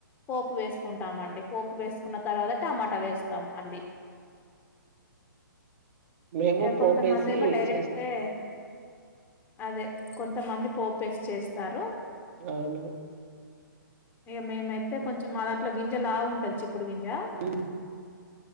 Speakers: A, on the left (about 15°); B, on the right (about 40°).
A: పోపు వేసుకుంటామండి పోపు వేసుకున్న తర్వాత టమాట వేస్తాం మళ్ళీ
B: మేము
A: ఇక
B: పోపేసి
A: కొంతమంది ఏమో డైరెక్టే
B: చేస్తాం.
A: అదే కొంతమంది పోపేసి చేస్తారు
B: అవును
A: ఇక మేమైతే కొంచెం మా దాంట్లో గింజ లాగా ఉంటంది చిక్ కుడుకుంంచా
B: హ్మ్.